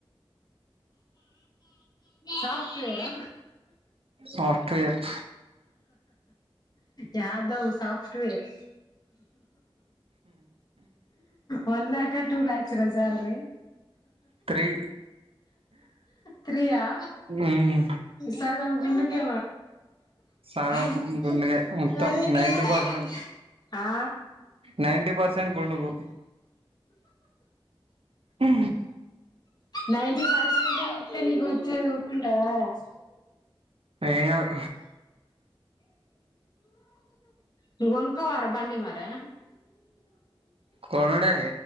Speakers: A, on the left; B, on the right.
A: సాఫ్టువేర్ ఆ
B: ఫాస్ట్ గా చెప్
A: యాదవ్ సాఫ్టువేర్ వన్ ల్యాక్ ఆ టూ ల్యాక్స్ రా శాలరీ
B: త్రీ
A: ఫ్రీ ఆ
B: మ్మ్
A: సగం గుండుకే
B: సగం
A: <unintelligible>
B: గుండుగే మొత్తం నైన్టీ పర్సెంట్
A: ఆ
B: నైన్టీ పర్సెంట్ గుండుగు ఆ
A: నైన్టీ పర్సంటేజ్ వత్తే నీకు చదువుకుంటావా రా
B: ఏం కాదు
A: నువ్వు కొనుక్కోవా రా బండి మరి
B: కొనడే